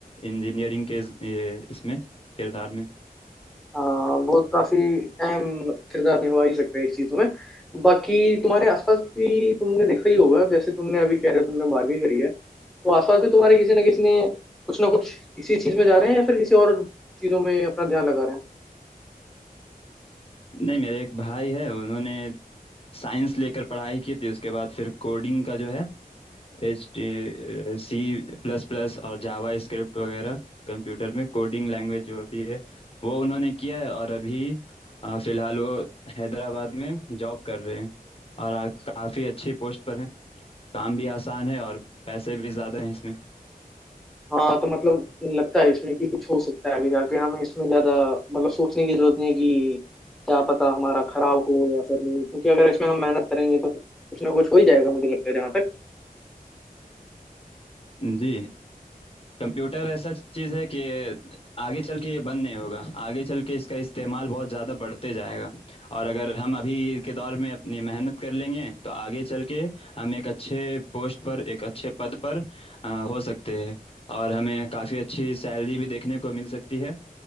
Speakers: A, on the left; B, in the centre.
A: इंजीनियरिंग के इस- ये इसमें किरदार में
B: हाँ वो काफी अहम किरदार निभा ही सकते हैं इस चीज में बाकी तुम्हारे आसपास भी तुमने देखा ही होगा जैसे तुमने अभी कह रहे हो तुमने 12वीं करी है तो आसपास भी तुम्हारे किसी ना किसी ने कुछ ना कुछ इसी चीज में जा रहे हैं या फिर किसी और चीजों में अपना ध्यान लगा रहे हैं
A: नहीं मेरे एक भाई है उन्होंने साइंस लेकर पढ़ाई की थी उसके बाद फिर कोडिंग का जो है एच सी प्लस प्लस और जावा स्क्रिप्ट वगैरह कंप्यूटर में कोडिंग लैंग्वेज जो होती है वो उन्होंने किया है और अभी अ, फिलहाल वो हैदराबाद में जॉब कर रहे हैं और आ, काफी अच्छी पोस्ट पर है काम भी आसान है और पैसे भी ज्यादा हैं इसमें
B: हाँ तो मतलब लगता है इसमें कि कुछ हो सकता है आगे जाके हमें इसमें ज्यादा मतलब सोचने की जरूरत नहीं है कि क्या पता हमारा खराब हो या फिर नहीं क्योंकि अगर इसमें हम मेहनत करेंगे तो कुछ ना कुछ हो ही जाएगा मुझे लगता है जहाँ
A: जी कंप्यूटर ऐसा चीज है कि आगे चल के ये बंद नहीं होगा आगे चल के इसका इस्तेमाल बहुत ज्यादा बढ़ते जाएगा और अगर हम अभी के दौर में अपनी मेहनत कर लेंगे तो आगे चल के हम एक अच्छे पोस्ट पर एक अच्छे पद पर अ, हो सकते हैं और हमें काफी अच्छी सैलरी भी देखने को मिल सकती है